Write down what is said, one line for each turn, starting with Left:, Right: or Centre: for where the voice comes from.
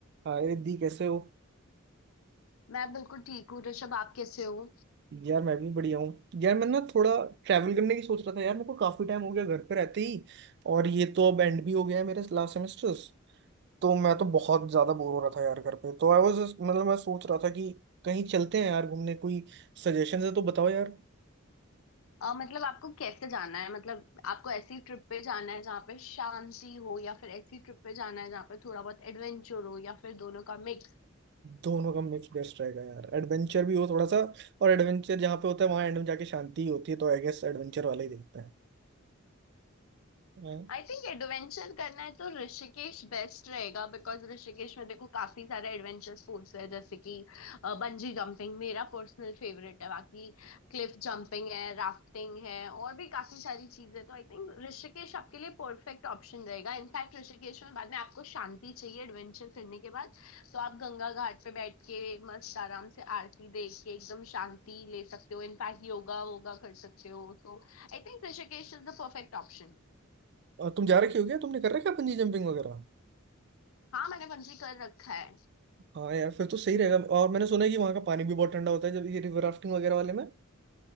Right: हाय दी कैसे हो
Left: मैं बिल्कुल ठीक हूँ ऋषभ आप कैसे हो
Right: यार मैं भी बढ़िया हूँ यार मैं ना थोड़ा ट्रैवल करने की सोच रहा था यार मेरे को काफी टाइम हो गया घर पे रहते ही और ये तो अब एंड भी हो गया है मेरे लास्ट सेमेस्टर्स तो मैं तो बहुत ज्यादा बोर हो रहा था यार घर पे तो आई वाज मतलब मैं सोच रहा था कि कहीं चलते हैं यार घूमने कोई सजेशन है तो बताओ यार
Left: अ, मतलब आपको कैसे जाना है मतलब आपको ऐसी ट्रिप पे जाना है जहाँ पे शांति हो या फिर ऐसी ट्रिप पे जाना है जहाँ पे थोड़ा बहुत एडवेंचर हो या फिर दोनों का मिक्स
Right: दोनों का मिक्स बेस्ट रहेगा यार एडवेंचर भी हो थोड़ा सा और एडवेंचर जहाँ पे होता है वहाँ एंड में जाके शांति ही होती है तो आई गेस एडवेंचर वाला ही देखते हैं हाँ।
Left: आई थिंक एडवेंचर करना है तो ऋषिकेश बेस्ट रहेगा बिकॉज ऋषिकेश में देखो काफी सारे एडवेंचर स्पोर्ट्स है जैसे कि बंजी जंपिंग मेरा पर्सनल फेवरेट है बाकी क्लिफ जंपिंग है राफ्टिंग है और भी काफी सारी चीजें तो आई थिंक ऋषिकेश आपके लिए परफेक्ट ऑप्शन रहेगा इनफैक्ट ऋषिकेश में बाद में आपको शांति चाहिए एडवेंचर करने के बाद तो आप गंगा घाट पे बैठ के मस्त आराम से आरती देख के एकदम शांति ले सकते हो इनफैक्ट योगा वोगा कर सकते हो तो I think Rishikesh is the perfect option
Right: और तुम जा रखे हो क्या तुमने कर रखा है बंजी जंपिंग वगैरह
Left: हाँ मैंने बंजी कर रखा है
Right: हाँ यार फिर तो सही रहेगा और मैंने सुना है कि वहाँ का पानी भी बहुत ठंडा होता है जब ये रिवर राफ्टिंग वगैरह वाले में